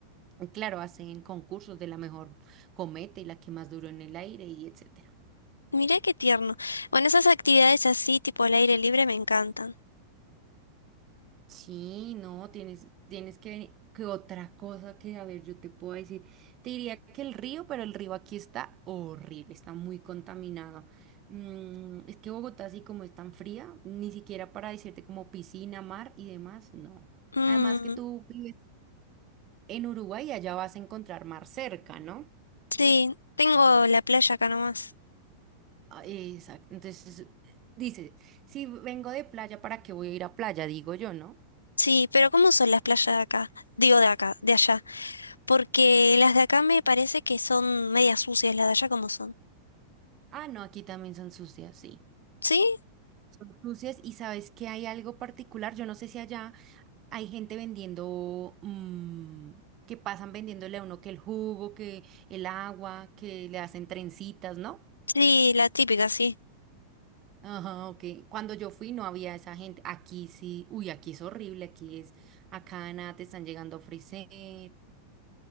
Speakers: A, on the right; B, on the left.
A: Y claro, hacen concursos de la mejor cometa y la que más duró en el aire y etc.
B: Mirá qué tierno. Bueno, esas actividades así, tipo al aire libre, me encantan.
A: Sí, no, tienes, tienes que venir. Que otra cosa que, a ver, yo te puedo decir, te diría que el río, pero el río aquí está horrible, está muy contaminado. Mm, es que Bogotá, así como es tan fría, ni siquiera para decirte como piscina, mar y demás, no.
B: Mm,
A: Además que tú vives en Uruguay y allá vas a encontrar mar cerca, ¿no?
B: sí, tengo la playa acá nomás.
A: Ah, Exacto. Entonces, dices, si vengo de playa, ¿para qué voy a ir a playa? Digo yo, ¿no?
B: Sí, pero ¿cómo son las playas de acá? Digo de acá, de allá. Porque las de acá me parece que son medias sucias, las de allá como son.
A: Ah, no, aquí también son sucias, sí.
B: ¿Sí?
A: Son cruces y sabes que hay algo particular, yo no sé si allá hay gente vendiendo, mm, que pasan vendiéndole a uno que el jugo, que el agua, que le hacen trencitas, ¿no?
B: Sí, la típica, sí.
A: Ajá, ok. Cuando yo fui no había esa gente. Aquí sí, uy, aquí es horrible, aquí es, acá nada, te están llegando frisés,